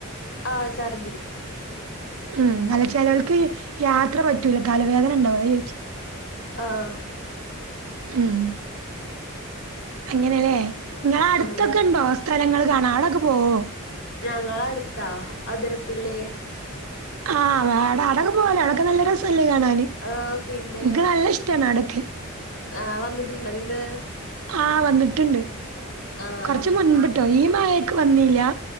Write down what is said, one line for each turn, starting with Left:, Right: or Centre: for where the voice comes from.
Left: ആഹ് ഛർദ്ധി
Right: ഉം അല്ല ചെലോൽക്ക് യാത്ര പറ്റൂല തലവേദന ഉണ്ടാവും അതാ ചോദിച്ചു
Left: ആഹ്
Right: ഉം അങ്ങനെല്ലേ നിങ്ങളടുത്തൊക്കെണ്ടോ
Left: അങ്ങനെ
Right: സ്ഥലങ്ങൾ കാണാ അവിടൊക്കെ പോവോ?
Left: ഞങ്ങളടുത്താ അതിരപ്പിള്ളി
Right: ആഹ് വട അവടക്ക് പോവാലേ അവടെക്ക് നല്ല രസല്ലേ കാണാന്
Left: ആഹ് പിന്നെ
Right: എനിക്ക് നല്ല ഇഷ്ടാണ് അവിടൊക്കെ
Left: ആഹ് വന്നിട്ടിണ്ടൊ ങ്ങിട്ട്
Right: ആഹ് വന്നിട്ടുണ്ട്
Left: ആഹ്
Right: കുറച്ച് മുൻപിട്ടോ ഈ മയയിക്ക് വന്നീല്ല